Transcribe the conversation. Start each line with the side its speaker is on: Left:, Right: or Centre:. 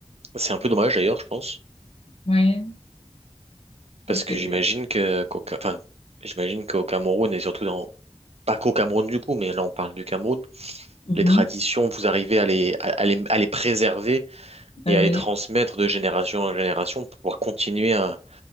Right: c'est un peu dommage d'ailleurs, je pense.
Left: oui, parce
Right: Parce
Left: que...
Right: que j'imagine que, qu'au, Ca- enfin, j'imagine qu'au Cameroun, et surtout dans, pas qu'au Cameroun du coup, mais là on parle du Cameroun,
Left: Mhm.
Right: les traditions, vous arrivez à les, à, à les, à les préserver
Left: Ah
Right: et
Left: Oui.
Right: à les transmettre de génération en génération pour pouvoir continuer à,